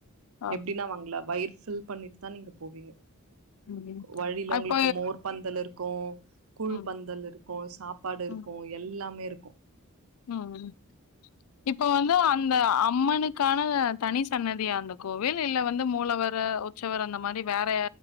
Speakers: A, on the left (about 80°); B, on the right (about 70°).
A: ஆ
B: எப்டின்னா வாங்கல வயிர் ஃபில் பண்ணிட்டு தான் நீங்க போவீங்க
A: ம்
B: வழியில
A: அப்ப
B: உங்களுக்கு மோர் பந்தல் இருக்கும் கூழ்
A: ம்
B: பந்தல் இருக்கும் சாப்பாடு இருக்கும்
A: ம்
B: எல்லாமே இருக்கும்
A: ம் இப்ப வந்து அந்த அம்மனுக்கு க்கான தனி சன்னதியா அந்த கோவில் இல்ல வந்து மூலவர உச்சவர அந்த மாரி வேற